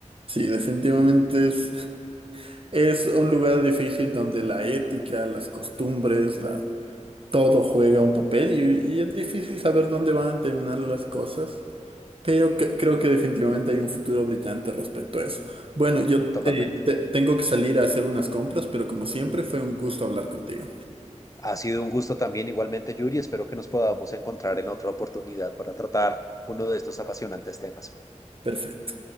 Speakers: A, on the right; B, on the left.
A: Sí, definitivamente es, <laughs> es un lugar difícil donde la ética, las costumbres, la todo juega un papel y, y es difícil saber dónde van a terminar las cosas, pero que- creo que definitivamente hay un futuro brillante respecto a eso. Bueno, yo
B: Totalmente.
A: eh, te- tengo que salir a hacer unas compras, pero como siempre fue un gusto hablar contigo.
B: Ha sido un gusto también igualmente, Yuri. Espero que nos podamos encontrar en otra oportunidad para tratar uno de estos apasionantes temas.
A: Perfecto.